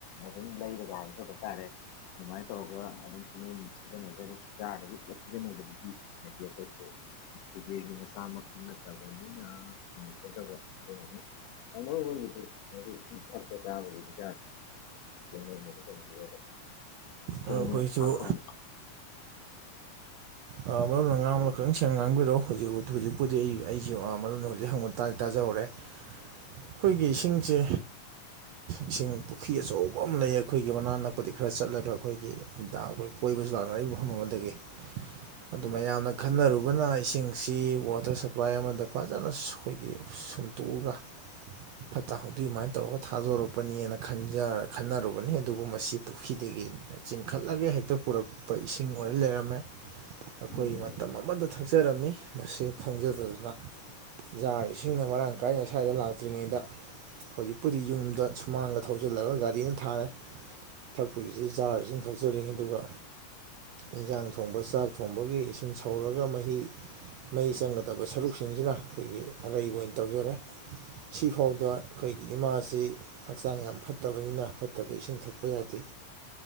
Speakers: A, on the left; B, on the right.
A: ꯑꯗꯨꯝ ꯂꯩꯔꯒ‌ꯍꯥꯏꯖꯕ ꯇꯥꯔꯦ ꯑꯗꯨꯃꯥꯏꯅ ꯇꯧꯔꯒ ꯑꯗꯨꯝ ꯁꯤꯖꯤꯟꯅꯖꯔꯤ ꯖꯥꯔꯗꯒꯤ ꯄꯨꯂꯞ ꯁꯤꯖꯤꯟꯅꯕꯗꯨꯗꯤ ꯍꯥꯏꯗꯤ ꯑꯩꯈꯣꯏꯁꯨ ꯀꯨꯕꯤꯔꯒꯤ ꯃꯆꯥꯃꯛꯇꯤ ꯅꯠꯇꯕꯅꯤꯅ ꯉꯝꯖꯗꯕ ꯑꯗꯨꯒꯤꯅꯤ <unintelligible> ꯑꯩꯈꯣꯏꯒꯤꯗꯤ ꯊꯛꯄ ꯆꯥꯕꯕꯨꯗꯤ <unintelligible> ꯊꯣꯉꯕ‌‌
B: ꯑꯩꯈꯣꯏꯁꯨ
A: ‌ꯊꯥꯡꯄꯒꯤ
B: ꯑꯣ ꯃꯔꯨꯞꯅ ꯉꯥꯡꯕꯗ ꯈꯤꯇꯪ ꯁꯦꯡꯅ ꯉꯥꯡꯕꯤꯔꯛꯑꯣ ꯍꯧꯖꯤꯛ ꯍꯧꯖꯤꯛꯄꯨꯗꯤ ꯑꯩꯁꯤ ꯃꯔꯨꯞꯅ ꯍꯧꯖꯤꯛ ꯍꯪꯕ ꯇꯥꯏ ꯇꯥꯖꯍꯧꯔꯦ ꯑꯩꯈꯣꯏꯒꯤ ꯏꯁꯤꯡꯁꯦ ꯏꯁꯤꯡ ꯄꯨꯈ꯭ꯔꯤ ꯑꯆꯧꯕ ꯑꯃ ꯂꯩ ꯑꯩꯈꯣꯏꯒꯤ ꯃꯅꯥꯛ ꯅꯛꯄꯗꯤ ꯈꯔ ꯆꯠꯂꯦꯕ ꯑꯩꯈꯣꯏꯒꯤ ꯀꯣꯏꯕꯁꯨ ꯂꯥꯛꯅꯔꯤꯕ ꯃꯐꯝ ꯑꯃꯗꯒꯤ ꯑꯗꯨ
A: ꯎꯝ
B: ꯃꯌꯥꯝꯅ ꯈꯟꯅꯔꯨꯕꯅ ꯏꯁꯤꯡꯁꯤ ꯋꯥꯇꯔ ꯁꯄ꯭ꯂꯥꯏ ꯑꯃꯗ ꯐꯖꯅ ꯑꯩꯈꯣꯏꯒꯤ ꯁꯨꯝꯇꯣꯛꯑꯒ ꯐꯠꯇ ꯍꯥꯎꯊꯤ ꯑꯗꯨꯃꯥꯏꯅ ꯇꯧꯔꯒ ꯊꯥꯗꯣꯔꯛꯄꯅꯤꯅ ꯈ‌ꯟꯖ ꯈꯟꯅꯔꯨꯕꯅꯤ ꯑꯗꯨꯕꯨ ꯃꯁꯤ ꯄꯨꯈ꯭ꯔꯤꯗꯒꯤ ꯆꯤꯡꯈꯠꯂꯒ ꯍꯦꯛꯇ ꯄꯨꯔꯛꯄ ꯏꯁꯤꯡ ꯑꯣꯏꯅ ꯂꯩꯔꯝꯃꯦ ꯑꯩꯈꯣꯏ
A: ꯎꯝ
B: ꯃꯇꯝ ꯑꯃꯗ ꯊꯛꯆꯔꯝꯃꯤ ꯃꯁꯤ ꯈꯪꯖꯗꯗꯅ ꯖꯥꯔ ꯏꯁꯤꯡꯅ ꯃꯔꯥꯡ ꯀꯥꯏꯅ ꯁ꯭ꯋꯥꯏꯗ ꯂꯥꯛꯇ꯭ꯔꯤꯉꯩꯗ ꯍꯧꯖꯤꯛꯄꯨꯗꯤ ꯌꯨꯝꯗ ꯁꯨꯃꯥꯡꯗ ꯊꯧꯖꯤꯜꯂꯒ ꯒꯥꯔꯤꯅ ꯊꯥꯔꯦ ꯊꯛꯄꯒꯤꯁꯨ ꯖꯥꯔ ꯏꯁꯤꯡ ꯊꯛꯆꯔꯤ ꯑꯗꯨꯒ ꯏꯟꯁꯥꯡ ꯊꯣꯡꯕ ꯆꯥꯛ ꯊꯣꯡꯕꯒꯤ ꯏꯁꯤꯡ ꯁꯧꯔꯒ ꯃꯍꯤ ꯃꯩ ꯆꯪꯒꯗꯕ ꯁꯔꯨꯛꯁꯤꯡꯁꯤꯅ ꯑꯩꯈꯣꯏꯒꯤ ꯑꯔꯩꯕ ꯑꯣꯏꯅ ꯇꯧꯖꯔꯦ ꯁꯤꯐꯥꯎꯗ ꯑꯩꯈꯣꯏꯒꯤ ꯏꯃꯥꯁꯤ ꯍꯛꯆꯥꯡ ꯌꯥꯝ ꯐꯠꯇꯕꯅꯤꯅ ꯐꯠꯇꯕ ꯏꯁꯤꯡ ꯊꯛꯄ ꯌꯥꯗꯦ